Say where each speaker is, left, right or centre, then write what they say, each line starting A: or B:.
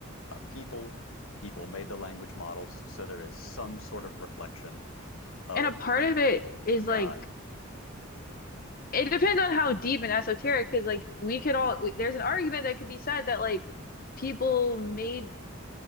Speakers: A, on the left; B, on the left.
A: a people, people made the language models, so there is some sort of reflection of
B: and a part of it is
A: a God.
B: like it depends on how deep and esoteric because like we could all we, there's an argument that could be said that like people made